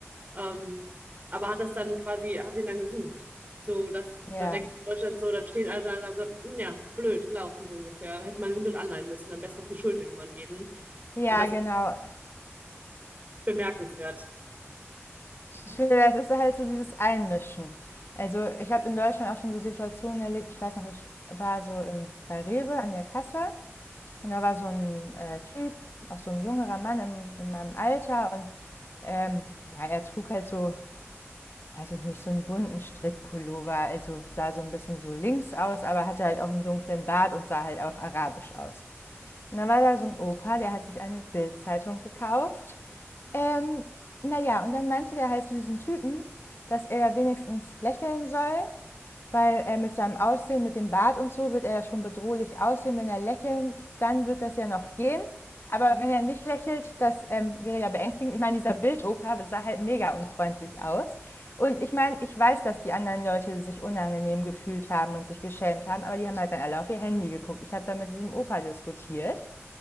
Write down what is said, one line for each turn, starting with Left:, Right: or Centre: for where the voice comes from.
Right: ähm, aber hat das dann quasi, hat ihn dann gesucht. So, das,
Left: ja,
Right: da denke ich in Deutschland so, dann stehen alle da und sagen so, "Hm, ja, blöd gelaufen, so ungefähr. Hätte man den Hund halt anleihen müssen, am besten noch die Schuld jemandem geben.
Left: ja,
Right: Und das
Left: genau.
Right: ist bemerkenswert.
Left: Ich finde, das ist halt so dieses Einmischen. Also ich habe in Deutschland auch schon so Situationen erlebt. Ich weiß noch, ich war so im, bei Rewe an der Kasse Und da war so ein äh, Typ, auch so ein jüngerer Mann im, in meinem Alter und ähm, ja, er trug halt so, weiß ich nicht, so einen bunten Strickpullover, also sah so ein bisschen so links aus, aber hatte halt auch einen dunklen Bart und sah halt auch arabisch aus. Und da war da so ein Opa, der hat sich eine Bildzeitung gekauft. Ähm, naja, und dann meinte der halt zu diesem Typen, dass er wenigstens lächeln soll weil äh, mit seinem Aussehen, mit dem Bart und so, wird er ja schon bedrohlich aussehen. Wenn er lächelt, dann wird das ja noch gehen. Aber wenn er nicht lächelt, das ähm, wäre ja beängstigend. Ich meine, dieser Bildopa sah halt mega unfreundlich aus. Und ich meine, ich weiß, dass die anderen Leute sich unangenehm gefühlt haben und sich geschämt haben, aber die haben halt dann alle auf ihr Handy geguckt. Ich habe dann mit diesem Opa diskutiert.